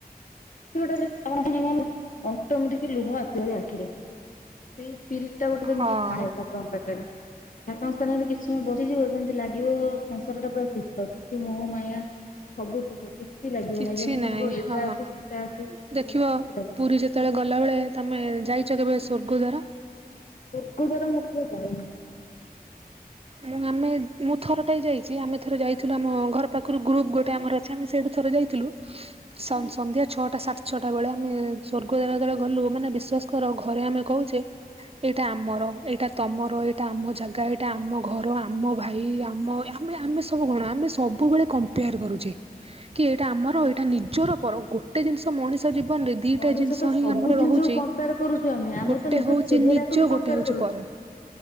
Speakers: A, on the left; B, on the right.
A: ସେ ଗୋଟେ ମାନେ ଅଟୋମେଟିକ୍ ଲୁହ ଆସିଯାଉଛି ଆଖିରେ ସେଇ ସ୍ପିରିଟ୍ ସେଟା ଗୋଟେ ଯେମିତି
B: ହଁ।
A: ଥାଏ, ଠାକୁରଙ୍କ ପାଖରେ। ଠାକୁରଙ୍କ ସ୍ଥାନରେ କିଛି ସମୟ ବସିଯିବ, ଯେମିତି ଲାଗିବ ସଂସାର ଟା ପୁରା ତୁଛ। କିଛି ମୋ ମାୟା ସବୁ ସୁଖ କିଛି ଲାଗିବନି।
B: କିଛି
A: ଯେମିତି
B: ନାହିଁ
A: ମୋର ଏଇଟା
B: ହଁ
A: ଅଛି ସେଇଟା ଅଛି ସେରା
B: ଦେଖିବ
A: କିଛି ଲାଗିବନି।
B: ପୁରୀ ଯେତେବେଳେ ଗଲାବେଳେ ତମେ ଯାଇଚ କେବେ ସ୍ୱର୍ଗଦ୍ୱାର?
A: ସ୍ୱର୍ଗଦ୍ୱାର ମୁଁ କେବେ ଯାଇନି।
B: ମୁଁ ଆମେ ମୁଁ ଥରଟେ ଯାଇଚି। ଆମେ ଥରେ ଯାଇଥିଲୁ ଆମ ଘର ପାଖରୁ ଗ୍ରୁପ୍ ଗୋଟେ ଆମର ଅଛି ଆମେ ସେଇଠୁ ଥରେ ଯାଇ ଥିଲୁ। ସ ସନ୍ଧ୍ୟା ଛଅଟା ସାତେ ଛଅଟା ବେଳେ ଆମେ ସ୍ୱର୍ଗଦ୍ୱାର ଯେତେତେଳେ ଗଲୁ ମାନେ ବିଶ୍ୱାସ କାର, ଘରେ ଆମେ କହୁଚେ ଏଇଟା ଆମର ଏଇଟା ତମର ଏଇଟା ଆମ ଜାଗା ଏଇଟା ଆମ ଘର ଆମ ଭାଇ ଆମ ଆମ ଆମେ ସବୁ କଣ ଆମେ ସବୁବେଳେ କମ୍ପୟାର କରୁଚେ। କି ଏଇଟା ଆମର ଏଇଟା ନିଜର ପର ଗୋଟେ ଜିନିଷ ମଣିଷ ଜୀବନରେ ଦିଟା
A: ମଣିଷ
B: ଜିନିଷ
A: ତ ସବୁ
B: ହିଁ ଆମର
A: ଜିନିଷକୁ
B: ରହୁଛି
A: କମ୍ପୟାର କରୁଚୁ ଆମେ। ଆମେ
B: ଗୋଟେ
A: ତ ନିଜ
B: ହଉଛି
A: ଚେହେରାକୁ
B: ନିଜ
A: ବି
B: ଗୋଟେ
A: କମ୍ପୟାର
B: ହଉଛି
A: କରୁଚି।
B: ପର